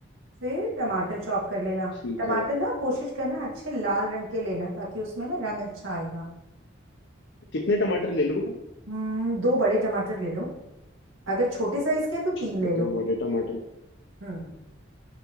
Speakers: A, on the right (about 85°); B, on the left (about 75°).
A: फिर टमाटर चॉप कर लेना
B: ठीक
A: टमाटर
B: है
A: ना कोशिश करना अच्छे लाल रंग के लेना ताकि उसमें ना रंग अच्छा आएगा
B: कितने टमाटर ले लूँ
A: हम्म दो बड़े टमाटर ले लो अगर छोटे साइज के हैं तो
B: ठीक
A: तीन ले
B: है
A: लो
B: दो बड़े टमाटर
A: हम्म